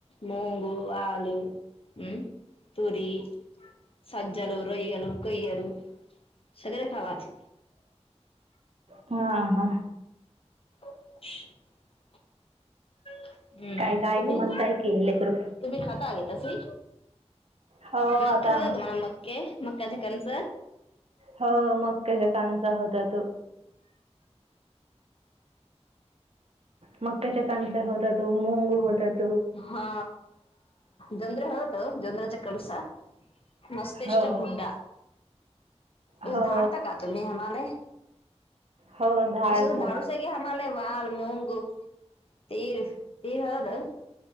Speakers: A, on the left; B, on the right.
A: मंगु हल हम्म तुरी सज्जल रय्यल कोय्यल सगर खवाच
B: हा हा
A: <inaudible> हम्म
B: काय काय
A: तुम्ही
B: की म्हणताय की लेकरू
A: तुम्ही खात आ गताशी
B: हो
A: मक
B: आता
A: होत मला मक्के मकाच्या कनस
B: हो मग त्याच्या कानचा होता तू मकाच्या कानच्या होतात मोंगू होतात
A: हा जन्रे हगत जन्रच्या कणस मस्तिष्क
B: हो
A: भुड्डा धारता
B: हो
A: का तुम्ही हमे
B: हो धाड
A: सर दधारू
B: तू
A: सगे समलेे वल मगगु तीर तीर हा ना